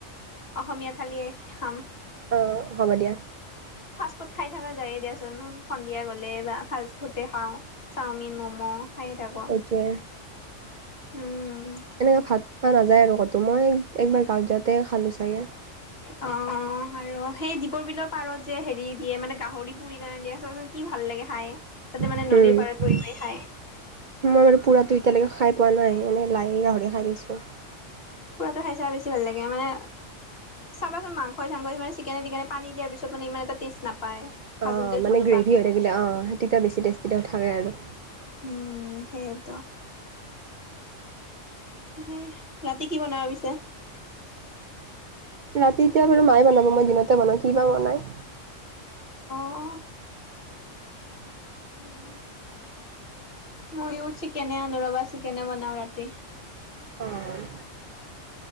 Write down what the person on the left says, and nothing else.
অসমীয়া থালিয়ে খাম।
ক'ত খাই থাকা যায়ে দিয়াচোন। সন্ধিয়া গ'লে, বা ফাষ্টফুতে খাওঁ, চাওমিন, ম'ম' হাঁহি থাকোঁ।
উম।
অ' আৰু সেই দীপৰ বিলৰ পাৰত যে হেৰি দিয়ে, মানে গাহৰি পুৰি কেনে দিয়ে। চাবাচোন কি ভাল লাগে খাই।
তাতে মানে
নদীৰ পাৰত
বহি বহি
খাই
পুৰাতো খাই চাই বেছি ভাল লাগে মানে চাবাচোন মাংস চাংস চিকেনে তিকেনে। পান দাৰিছতানে ই এটা টে নাপায় ভাজোতে
যোনটো
পায়
উম, সেয়েটো। এনে ৰাতি কি বনাব পিছে?
অ'। উম। ময়ো চিকেনে আনোঁ ৰবা। চিকেনে বনাও ৰাতি।